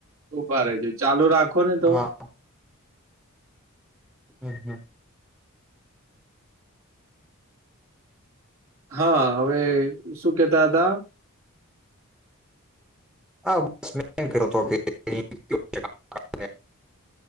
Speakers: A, on the right (about 75°); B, in the centre.
A: ઉભા રેજો ચાલુ રાખો ને તો
B: હા હમ્મ હમ્મ.
A: હા હવે શું કેતા હતા.
B: હા બસ મેં એમ કર્યો હતો કે આપને <unintelligible>